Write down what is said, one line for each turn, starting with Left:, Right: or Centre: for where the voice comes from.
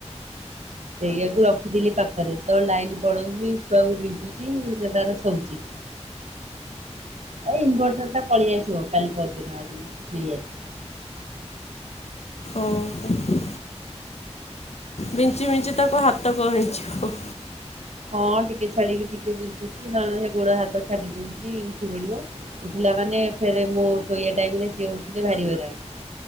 Right: ସେଇଆକୁ ରଖିଥିଲି ପାଖରେ ତ ଲାଇନ୍ ପଳଉଚି ଛୁଆକୁ ବିଞ୍ଚୁଚି ସିଏ ତାର ଶୋଉଚି। ଏଇ ଇନଭର୍ଟର ଟା ପଳିଆସିବ କାଲି ପରଦିନ ଆଡକୁ ନେଇ ଆସି
Left: ଓହୋ। ବିଞ୍ଚି ବିଞ୍ଚି ତାକୁ ହାତ କଣ ହେଇଯିବ।
Right: ହଁ ଟିକେ ଛାଡିକି ଟିକେ ବିଞ୍ଚୁଚି। ନହେଲେ ସେ ଗୋଡ ହାତ ଛାଡି ଦଉଚି ଉଠି ପଡିବ। ଉଠିଲା ମାନେ ଫେରେ ମୋ ଶୋଇବା ଟାଇମ୍ ରେ ସିଏ ଉଠିଲେ ଭାରିି ହଇରାଣ।